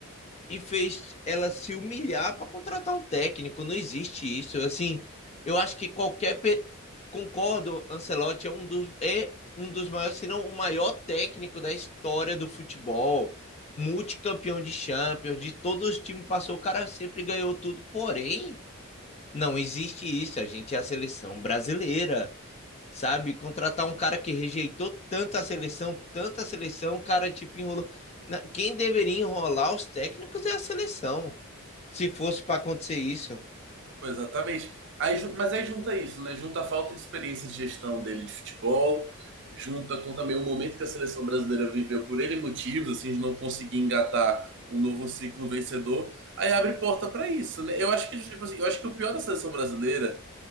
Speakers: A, on the left (about 30°); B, on the right (about 55°).
A: e fez ela se humilhar para contratar um técnico. Não existe isso. Assim, eu acho que qualquer pe- concordo, Ancelotti é um dos é um dos maiores, se não o maior técnico da história do futebol, multicampeão de Champions, de todos os times passou, o cara sempre ganhou tudo. Porém, não existe isso. A gente é a seleção brasileira sabe? Contratar um cara que rejeitou tanta seleção, tanta seleção, o cara tipo enrolou. Quem deveria enrolar os técnicos é a seleção, se fosse para acontecer isso.
B: Pois, Exatamente. Aí, ju- mas aí junta isso, né? Junta a falta de experiência de gestão dele de futebol, junta com também o momento que a seleção brasileira viveu por ele motivos, assim, de não conseguir engatar um novo ciclo vencedor. Aí abre porta para isso, né? Eu acho que, tipo assim, eu acho que o pior da seleção brasileira